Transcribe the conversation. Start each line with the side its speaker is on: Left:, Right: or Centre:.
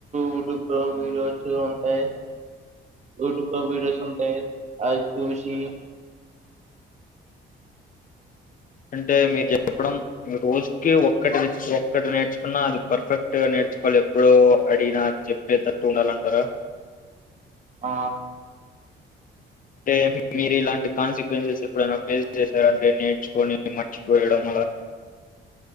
Right: యూట్యూబ్ లో వీడియోస్ ఉంటాయి యూట్యూబ్ లో వీడియోస్ ఉంటాయి అది చూసి
Left: అంటే మీరు చెప్పడం రోజుకి ఒక్కటి ఒక్కటి నేర్చుకున్న అది పర్ఫెక్ట్గా నేర్చుకోవాలి ఎప్పుడు అడిగినా చెప్పే తట్టు ఉండాలంటారా
Right: ఆ
Left: అంటే మీరు ఇలాంటి కాన్సిక్వెన్సెస్ ఎప్పుడైనా ఫేస్ చేశారంటే నేర్చుకొని మర్చిపోయడం అలా